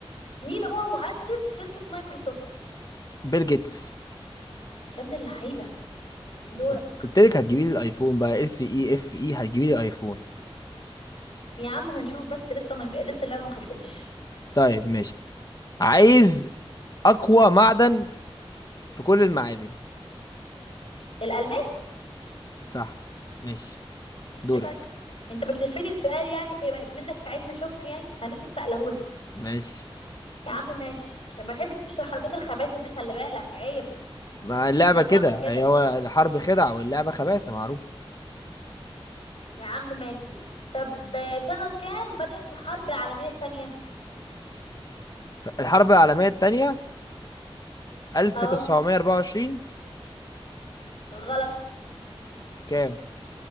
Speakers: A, on the left; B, on the left.
A: مين هو مؤسس شركة مايكروسوفت
B: بيل جيتس
A: يا ابن اللعيبة دورك
B: قلت قلت لك هتجيبي لي الايفون بقى اس اي اف اي هتجيبي لي ايفون
A: يا عم هنشوف بس لسه ما لسه اللعبة ما خلصتش
B: طيب ماشي عايز اقوى معدن في كل المعادن
A: الألماس
B: صح ماشي دورك
A: عيب عليك أنت بتلفلي السؤال يعني كما- منك عايزني أشك يعني أنا لسه سألهولك
B: ماشي
A: يا عم ماشي ما بحبش الحركات الخبيثة دي خلي بالك عيب
B: مع اللعبة
A: احنا أكبر
B: كده
A: من كده
B: هي هو الحرب خدعة واللعبة خباثة معروف
A: يا عم ماشي طب آه، سنة كام بدأت الحرب العالمية التانية
B: ف- الحرب العالمية التانية 1924
A: أهو غلط
B: كام؟